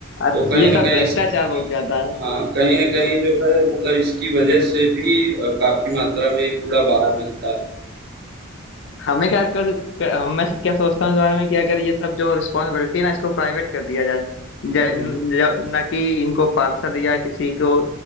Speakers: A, on the left; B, on the right.
A: और
B: तो कहीं
A: ये
B: न
A: सब
B: कहीं
A: भ्रष्टाचार
B: इस
A: बहुत ज्यादा है
B: हाँ, कहीं न कहीं जो है मतलब इसकी वजह से भी अ, काफ़ी मात्रा में कूड़ा बाहर मिलता है।
A: हमें क्या कर, कर हम मैं क्या सोचता हूँ इस बारे में कि अगर ये सब जो रिस्पॉन्सिबिलिटी है ना इसको प्राइवेट कर दिया जाए ज-
B: हुँ,
A: न ज- न कि इनको पार्षद या किसी को